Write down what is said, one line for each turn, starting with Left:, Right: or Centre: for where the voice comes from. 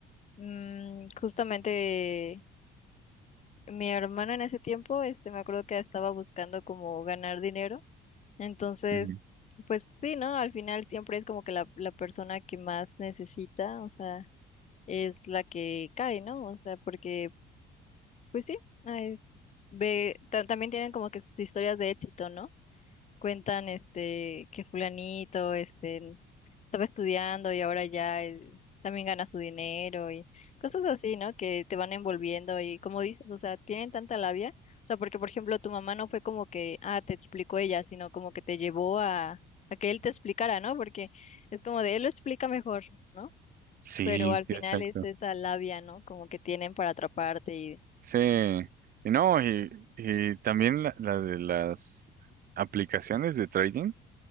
Left: mm, justamente mi hermana en ese tiempo, este, me acuerdo que estaba buscando como ganar dinero Entonces,
Right: Ujú.
Left: pues sí, ¿no? Al final siempre es como que la, la persona que más necesita, o sea, es la que cae, ¿no? O sea, porque, pues sí, ay, ve, ta- también tienen como que sus historias de éxito, ¿no? cuentan este que fulanito este estaba estudiando y ahora ya eh, también gana su dinero y cosas así, ¿no? Que te van envolviendo y como dices, o sea, tienen tanta labia, o sea, porque por ejemplo tu mamá no fue como que, ah, te explicó ella, sino como que te llevó a, a que él te explicara, ¿no? Porque es como de él lo explica mejor, ¿no?
Right: Sí,
Left: Pero al
Right: sí,
Left: final
Right: exacto.
Left: es esa labia, ¿no? Como que tienen para atraparte y...
Right: Sí, y no, y, y también la, la de las aplicaciones de trading,